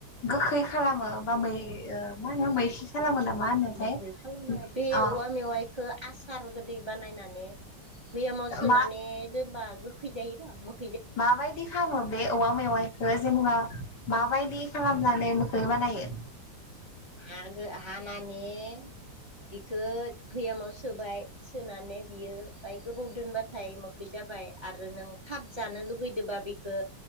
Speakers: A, on the left; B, on the right.
A: गोखै खालामो बा मै ओ मा होनो मैखि खालामो ना मा होनोथाय
B: मोखै खालामनाया बे
A: अ
B: औवा मेवाइखो आसार फोर गोदै बानायनानै बैयामाव सोनानै
A: मा
B: दोनबा गोख खै जायो र' मोख
A: मा बायदि खामो बे औवा मेवाइ खो जेनबा मा बायदि खालामनानै मोख खो बानायो।
B: आगो हानानि बिखो बैयामाव सोबाय, सोनानै बियो बाय गोबौ दोनबाथाय मोखै जाबाय। आरो नों थाब जानो लुगैदोबा बिखो